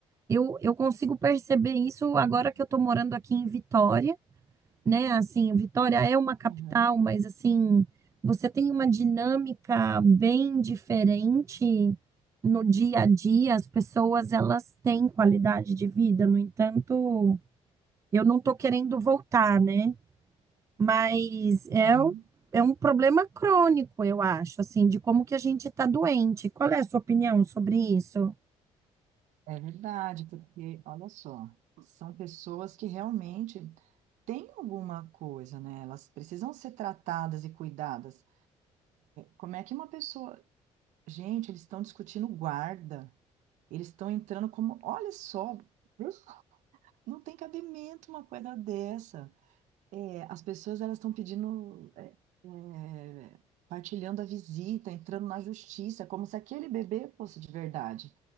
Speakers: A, on the right; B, on the right.
A: Eu, eu consigo perceber isso
B: É,
A: agora que eu estou morando aqui em Vitória, né? Assim, Vitória é uma capital,
B: aham,
A: mas assim, você tem uma dinâmica bem diferente no dia a dia. As pessoas, elas têm qualidade de vida. No entanto, eu não estou querendo voltar, né? Mas
B: uhum,
A: é, o- é um problema crônico, eu acho, assim, de como que a gente está doente. Qual é a sua opinião sobre isso?
B: é, é verdade, porque olha só, são pessoas que realmente têm alguma coisa, né? Elas precisam ser tratadas e cuidadas. Como é que uma pessoa. Gente, eles estão discutindo guarda. Eles estão entrando como. Olha só, Isso. não tem cabimento uma coisa dessa. É, as pessoas elas estão pedindo. é, é, partilhando a visita, entrando na justiça, como se aquele bebê fosse de verdade.